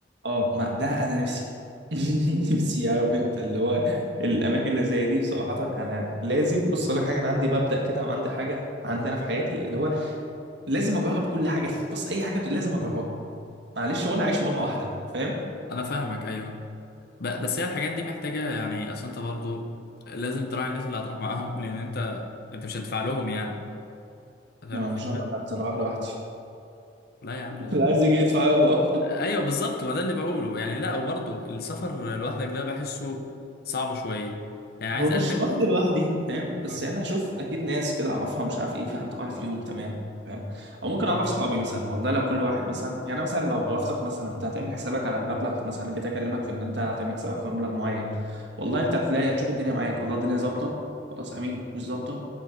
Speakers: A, on the right; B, on the left.
A: اه ما ده انا نفسي <laughs> نفسي عارف انت اللي هو الاماكن اللي زي دي بصراحه انا لازم بص اقول لك حاجه انا عندي مبدأ كده وعندي حاجه عندي
B: مم.
A: انا في حياتي اللي هو لازم اجرب كل حاجه بص اي حاجه لازم اجربها معلش هو انا عايش مره واحده فاهم
B: أنا فاهمك أيوه ب... بس هي الحاجات دي محتاجة يعني أصل أنت برضو لازم تراعي الناس اللي هتروح معاهم لأن أنت أنت مش هتدفع لهم يعني أنت فاهم
A: انا
B: الفكرة؟
A: مش رايح مع حد انا رايح لوحدي
B: لا يا عم
A: <laughs> لا عايز يجي يدفع يابا
B: ايوه بالظبط ما ده اللي بقوله يعني لا وبرضه السفر لوحدك ده بحسه صعب شويه يعني عايز
A: هو مش
B: قلب
A: لوحدي لوحدي فاهم بس
B: اه
A: يعني هشوف اكيد ناس كده اعرفها مش عارف ايه في حد رايح فيهم تمام فاهم او ممكن
B: اه
A: اعرف صحابي مثلا والله لو كل واحد مثلا يعني مثلا لو عرفتك مثلا انت هتعمل حسابك على المبلغ مثلا جيت اكلمك في ان انت هتعمل حسابك في مبلغ معين والله انت هتلاقي هتشوف الدنيا معاك والله الدنيا ظابطه خلاص امين مش ظابطه